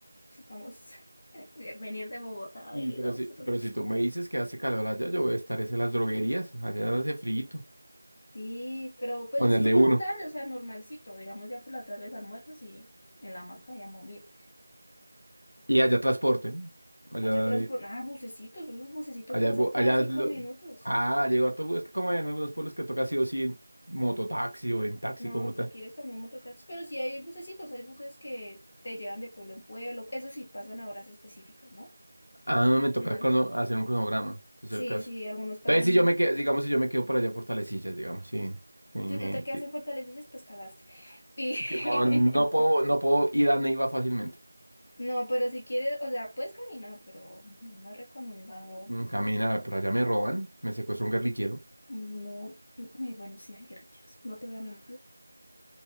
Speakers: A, on the left; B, on the left.
A: Estamos <laughs> de venir de Bogotá a
B: Y,
A: venir
B: pero,
A: a nosotros.
B: si, pero si tú me dices que hace calor allá, yo voy a estar es en las droguerías. Allá hace frío.
A: Sí, pero pues
B: Con el
A: tú
B: de
A: por
B: uno.
A: la tarde, o sea, normalcito. Digamos ya por la tarde almuerzas y en la hamaca y a mira.
B: Y allá transporte. ¿no? Allá
A: Allá atrás, por... ah, bucecitos. Esos bucecitos
B: Allá,
A: pasan
B: es bu-
A: cada
B: allá
A: cinco
B: es lo...
A: minutos.
B: Ah, llegó harto bus. Es que como en algunos pueblos que toca sí o sí en mototaxi o en taxi
A: No,
B: como tal.
A: si quieres también mototaxis, pero sí hay bucecitos. Hay buses que te llevan de pueblo en pueblo. Eso sí, pasan a horas específicas, ¿no?
B: Ah,
A: No,
B: me toca crono- hacer un cronograma, si es
A: sí,
B: el caso.
A: sí, algunos pasan.
B: Entonces, si yo me quedo, digamos, si yo me quedo por allá en Fortalecillas, digamos, sí. sí, me-
A: Si tú te quedas
B: sí.
A: en Fortalecillas, pues cagaste. Y-
B: Que No, no puedo,
A: <laughs>
B: no puedo ir a Neiva fácilmente.
A: No, pero si quieres, o sea, puedes caminar, pero no es recomendado.
B: Mm, Camina, por allá me roban, me secuestra un guerrillero.
A: No, uy, bueno, sí hay guerrilleros, no te voy a mentir.